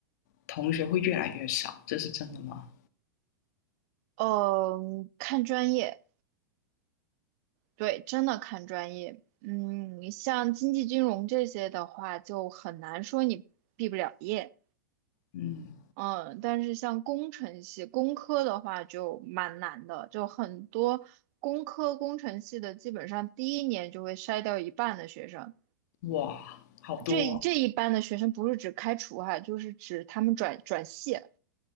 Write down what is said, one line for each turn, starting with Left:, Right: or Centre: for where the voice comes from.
Left: 同学会越来越少，这是真的吗？
Right: 呃，看专业，对，真的看专业。嗯，像经济金融这些的话，就很难说你毕不了业。
Left: 嗯，
Right: 嗯，但是像工程系、工科的话就蛮难的，就很多工科、工程系的，基本上第一年就会筛掉一半的学生。
Left: 哇，好多
Right: 这这一半的学生不是指开除哈，就是指他们转转系。